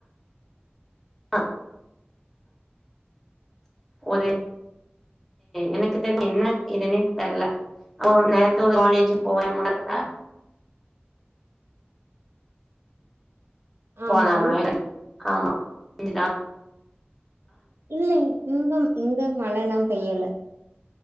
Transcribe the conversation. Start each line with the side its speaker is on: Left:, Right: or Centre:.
Centre: ஆ ஆ ஒரு எனக்கு தெர் என்ன இதுன்னு தெர்ல போ <unintelligible> ஒரு காலேஜுக் போவே முன் <unintelligible> போனாங்களே
Right: ஆமா
Centre: ஆமா இங்க தா
Right: இல்லை இங்கம் இங்க மழலலா பெய்யல